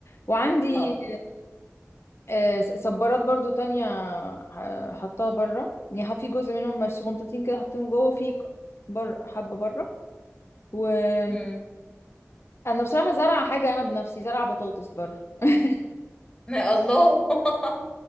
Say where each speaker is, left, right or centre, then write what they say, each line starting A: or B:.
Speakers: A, on the left (about 60°); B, on the left (about 15°).
A: وعندي
B: اه
A: آه، صبارات برضو تانية آه، حطها بره يعني في جزء منهم مش صغنطتين كده حطيهم جوه في بره حبة بره وانا
B: مم.
A: بصراحة زرع حاجة انا بنفسي زرع بطاطس بره <laughs>
B: الله <laughs>